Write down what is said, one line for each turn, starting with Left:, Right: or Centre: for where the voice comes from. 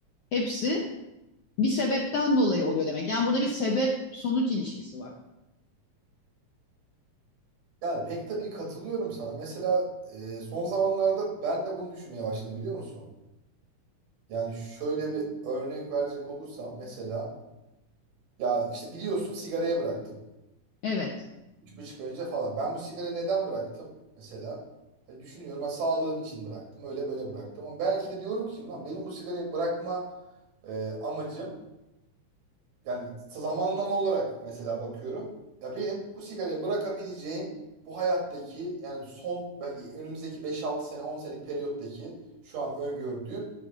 Left: hepsi bir sebepten dolayı oluyor demek. Yani burada bir sebep sonuç ilişkisi var.
Right: Yani pek tabii katılıyorum sana. Mesela e, son zamanlarda ben de bunu düşünmeye başladım biliyor musun? Yani şöyle bir örnek verecek olursam mesela ya işte biliyorsun sigarayı bıraktım.
Left: Evet.
Right: Üç buçuk ay önce falan. Ben bu sigarayı neden bıraktım mesela? Hani düşünüyorum ha, sağlığım için bıraktım. Öyle böyle bıraktım. Ama belki de diyorum ki lan benim bu sigarayı bırakma e, amacım yani zamanlama olarak mesela bakıyorum. Ya benim bu sigarayı bırakabileceğim bu hayattaki yani son belki önümüzdeki beş altı sene 10 senelik periyottaki şu an öngördüğüm